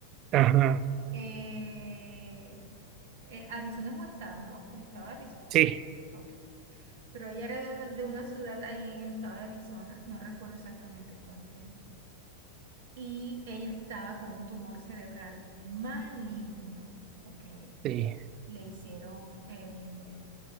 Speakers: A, on the right; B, on the right.
A: ajá,
B: Eh, eh, Arizona es un estado, ¿no? El estado de Arizona,
A: sí,
B: ¿eh? Ok. Pero ella era de una, de una ciudad ahí en el estado de Arizona, no recuerdo exactamente cuál fue. Y ella estaba con un tumor cerebral maligno, ¿ok?
A: sí,
B: Le hicieron eh,